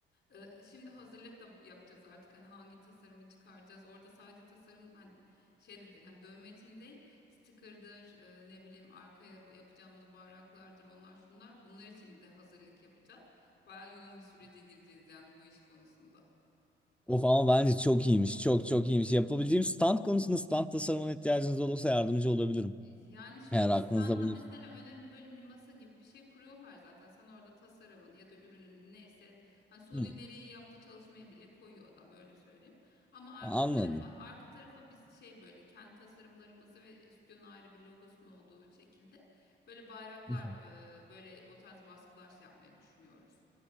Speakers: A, on the left; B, in the centre.
A: E, şimdi hazırlık da yapacağız artık hani hangi tasarımı çıkaracağız orada sadece tasarım hani şey de değil hani dönme için değil sticker'dır e, ne bileyim arkaya yapacağımız bayraklardır onlar şunlar bunlar için de hazırlık yapacağız. Baya yoğun bir sürece gireceğiz yani bu iş konusunda.
B: Of ama bence çok iyiymiş. Çok çok iyiymiş. Yapabileceğim stand konusunda stand tasarımına ihtiyacınız olursa yardımcı olabilirim.
A: Yani şöyle
B: Eğer aklınızda
A: standa
B: bulunsun.
A: mesela önemli böyle bir masa gibi bir şey kuruyorlar zaten. Sen orada tasarımın ya da ürünün neyse hani suni
B: Hmm,
A: deriyi yaptığı çalışmaya bile koyuyor adam öyle söyleyeyim. Ama arka
B: Anladım.
A: tarafa arka tarafa biz şey böyle kendi tasarımlarımızı ve stüdyonun ayrı bir logosunun olduğu bir şekilde böyle bayraklar
B: Hı hı.
A: e, böyle o tarz baskılar şey yapmayı düşünüyoruz.